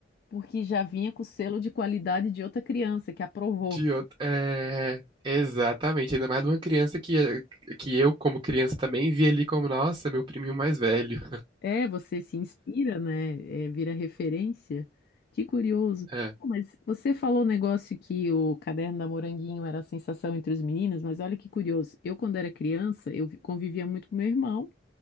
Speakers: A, on the left (about 55°); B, on the right (about 25°).
A: Porque já vinha com o selo de qualidade de outra criança que aprovou.
B: De outro, é, exatamente, ainda mais de uma criança que, que eu, como criança, também via ali como, nossa, meu priminho mais velho.
A: É, você se inspira, né? É, vira referência. Que curioso.
B: É.
A: Pô, Mas você falou o negócio que o caderno da Moranguinho era a sensação entre os meninos, mas olha que curioso. Eu, quando era criança, eu vi- convivia muito com meu irmão.